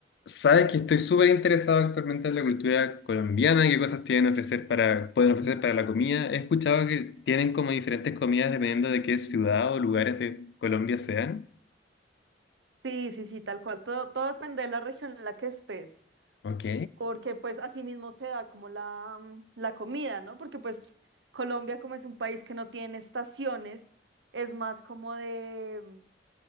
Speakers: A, on the left (about 65°); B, on the right (about 75°).
A: Sabes que estoy súper interesado actualmente en la cultura colombiana, qué cosas tienen ofrecer para, pueden ofrecer para la comida. He escuchado que tienen como diferentes comidas dependiendo de qué ciudad o lugares de Colombia sean.
B: Sí, sí, sí, tal cual. Todo, todo depende de la región en la que estés,
A: Ok.
B: porque pues así mismo se da como la, mm, la comida, ¿no? Porque pues Colombia como es un país que no tiene estaciones, es más como de, mm,